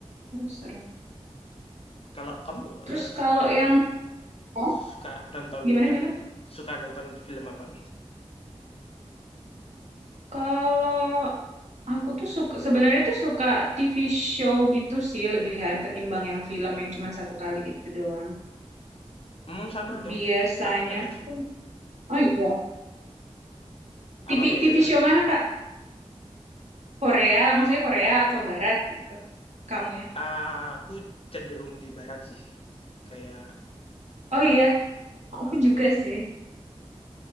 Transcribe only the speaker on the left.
Kalau kamu,
eee,
su
su suka nonton
yang
suka nonton film apa gitu?
hmm sama dong,
aku kadang suka
apa
biasanya
apa?
Aku cenderung di barat sih, kayak
mhm,